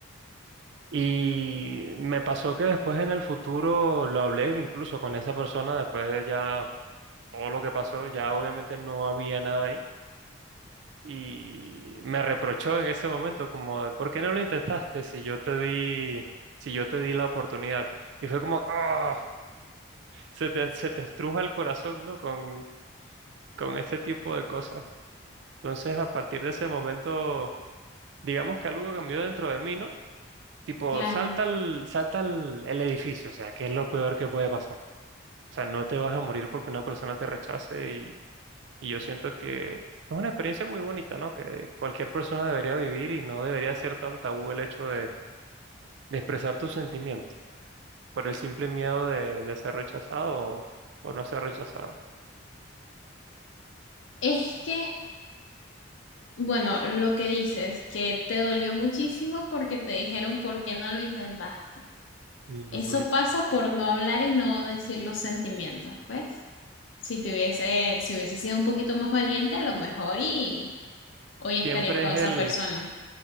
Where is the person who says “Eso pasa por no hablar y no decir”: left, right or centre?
Left